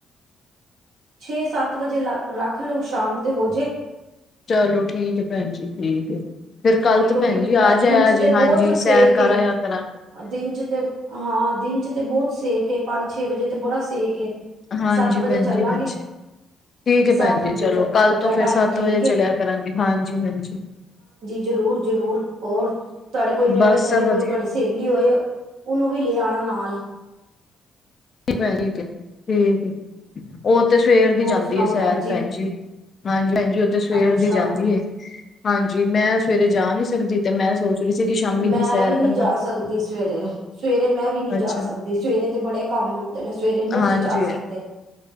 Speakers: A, on the right (about 75°); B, on the left (about 45°).
A: ਛੇ ਸੱਤ ਵਜੇ ਲ ਰੱਖ ਲੋੋ ਸ਼ਾਮ ਤੇ ਹੋਜੇ।
B: ਚਲੋ ਠੀਕ ਏ ਭੈਣ ਜੀ ਠੀਕ ਏ। ਫੇਰ
A: ਥੋੜ੍ਹੀ
B: ਕੱਲ ਤੋ
A: ਕਿਉਂਕਿ
B: ਭੈਣ ਜੀ ਆ
A: ਦਿਨ
B: ਜਿਆ
A: ਚ
B: ਜੇ
A: ਤੇ
B: ਹਾਂਜੀ
A: ਬਹੁਤ ਸੇਕ
B: ਸੈਰ ਕਰ
A: ਏ
B: ਆਇਆ ਕਰਾਗੇ।
A: ਦਿਨ 'ਚ ਤੇ ਹਾਂ ਦਿਨ 'ਚ ਤੇ ਬੋਤ ਸੇਕ ਏ ਪੰਜ ਛੇ ਵਜੇ ਤੇ ਬੜਾ ਸੇਕ ਏ।
B: ਹਾਂਜੀ
A: ਸੱਤ ਵਜੇ
B: ਭੈਣ
A: ਚੱਲਾਂਗੇ।
B: ਜੀ ਹਾਂਜੀ। ਠੀਕ ਏ
A: ਸੱਤ
B: ਭੈਣ
A: ਵਜੇ
B: ਜੀ ਚਲੋ
A: ਦ
B: ਕੱਲ ਤੋਂ
A: ਦਾ
B: ਫਿਰ
A: ਟਾਈਮ
B: ਸੱਤ
A: ਠੀਕ
B: ਵਜੇ
A: ਏ
B: ਚਲਿਆ ਕਰਾਂਗੇ ਹਾਂਜੀ-ਹਾਂਜੀ।
A: ਜ਼ਰੂਰ-ਜ਼ਰੂਰ, ਹੋਰ ਤੁਹਾਡੇ ਕੋਈ ਨੇੜੇ-ਤੇੜੇ
B: ਬਸ ਸਭ ਵਧੀਆ
A: ਕੋਈ ਤੁਆਡੀ ਸੈੈਲੀ ਹੋਏ, ਉਹਨੂੰ ਵੀ ਲੈ ਆਨਾ ਨਾਲ।
B: ਭੈ ਠੀਕ ਏ, ਠੀਕ ਏ, ਉ ਤੇ ਸਵੇਰ ਦੀ
A: ਹੋਰ
B: ਜਾਂਦੀ
A: ਸੁਣਾਓ
B: ਏ ਸੈਰ
A: ਭੈਣ
B: ਪੈਨ ਜੀ ਹਾਂਜੀ-ਹਾਂਜੀ ਓ ਤੇ ਸਵੇਰ
A: ਅੱਛਾ
B: ਦੀ ਜਾਂਦੀ ਏ ਹਾਂਜੀ ਮੈਂ ਸਵੇਰੇ ਜਾ ਨੀ ਸਕਦੀ ਤੇ ਮੈਂ ਸੋਚ ਰਹੀ ਸੀ ਕਿ ਸ਼ਾਮੀ
A: ਮੈਂ
B: ਦੀ ਸੈਰ
A: ਵੀ ਨੀਂ
B: ਬਣਾ
A: ਜਾ ਸਕਦੀ ਸਵੇਰੇ, ਸਵੇਰੇ ਮੈਂ ਵੀ ਨੀ
B: ਅੱਛਾ
A: ਜਾ ਸਕਦੀ ਸਵੇਰੇ ਤੇ ਬੜੇ ਕੰਮ ਹੁੰਦੇ ਨੇ ਸਵੇਰੇ ਨੀ
B: ਹਾਂਜੀ
A: ਅਸੀਂ ਜਾ ਸਕਦੇ